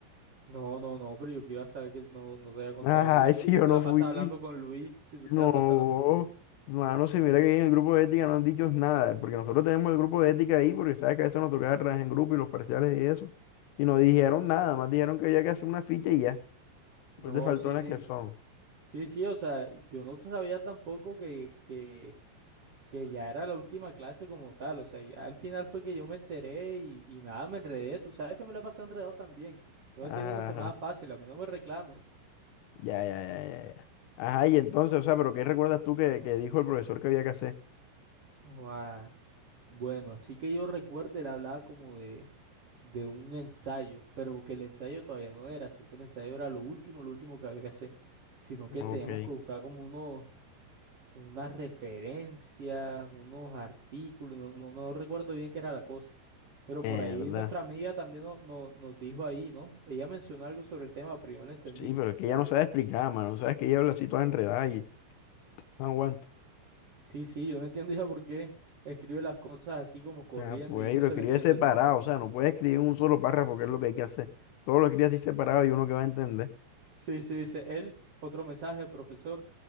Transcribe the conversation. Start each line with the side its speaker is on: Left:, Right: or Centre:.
Right: No, no, no, pero yo que iba a saber que no, no te había contado
Left: <laughs> Ajá,
Right: Luis,
Left: y si
Right: si tú
Left: yo
Right: te
Left: no
Right: la
Left: fui.
Right: pasas hablando con Luis, si tú
Left: No,
Right: te la pasas hablando con Luis.
Left: mano, si mira que ahí en el grupo de ética no han dicho nada, porque nosotros tenemos el grupo de ética ahí, porque sabes que a veces nos tocaba trabajar en grupo y los parciales y eso. Y no dijeron nada, más dijeron que había que hacer una ficha y ya.
Right: No,
Left: Los de faltones
Right: sí, sí,
Left: que son.
Right: sí, sí, o sea, yo no sabía tampoco que, que, que ya era la última clase como tal, o sea, ya al final fue que yo me enteré y, y nada, me enredé, tú sabes que me la he pasado enredado también. Yo me
Left: Ajá,
Right: he tenido una semana
Left: ajá.
Right: fácil, a mí no me reclamen.
Left: Ya, ya, ya, ya, ya. Ajá, y entonces, o sea, pero ¿qué recuerdas tú que, que dijo el profesor que había que hacer?
Right: Guau. Bueno, así que yo recuerdo, él hablaba como de, de un ensayo, pero que el ensayo todavía no era, sino que el ensayo era lo último, lo último que había que hacer, sino que
Left: Ok.
Right: teníamos que buscar como unos, unas referencias, unos artículos, no, no, no recuerdo bien qué era la cosa, pero
Left: Mierda.
Right: por ahí nuestra amiga también no, no- nos dijo ahí, ¿no? Ella mencionó algo sobre el tema, pero yo no lo entendí.
Left: Sí, pero es que ella no sabe explicar, mano. Sabes que ella habla así toda enredada y no aguanta.
Right: Sí, sí, yo no <laughs> entiendo ya por qué escribe las cosas así como corriendo
Left: Ah, pues,
Right: y no
Left: y lo
Right: se
Left: escribe
Right: le entiende
Left: separado.
Right: nada.
Left: O sea, no puede escribir un solo párrafo, que es lo que hay que hacer. Todo lo escribe así separado y uno que va a entender.
Right: Sí, sí, dice él, otro mensaje, profesor,